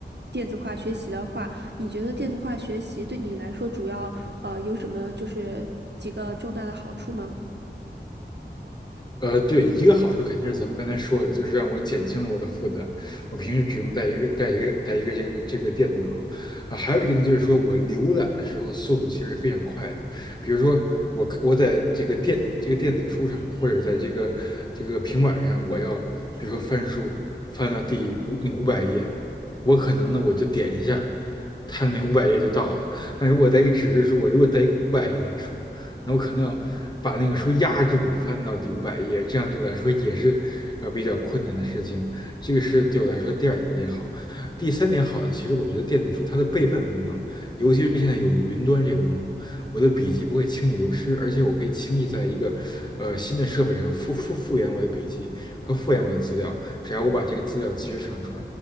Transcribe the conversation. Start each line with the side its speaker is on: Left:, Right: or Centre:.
Right: 电子化学习的话，你觉得电子化学习对你来说主要呃有什么就是几个重大的好处吗？
Left: 呃，对，一个好处肯定是咱们刚才说的，就是让我减轻了我的负担。我平时只用带一个、带一个、带一个这个这个电脑啊，还有一个呢，就是说我浏览的时候速度其实非常快的。比如说我我在这个电这个电子书上，或者在这个这个平板上，我要比如说翻书翻到第五五百页，我可能呢我就点一下，它那五百页就到了。但如果带一个纸质书，我如果带一个五百页的书，那我可能要把那个书压住，翻到第五百页，这样对我来说也是呃比较困难的事情。这个是对我来说第二点好。第三点好呢，其实我觉得电子书它的备份功能，尤其是现在有云端这个功能，我的笔记不会轻易流失，而且我可以轻易在一个呃新的设备上复复复原我的笔记和复原我的资料，只要我把这个资料及时上传，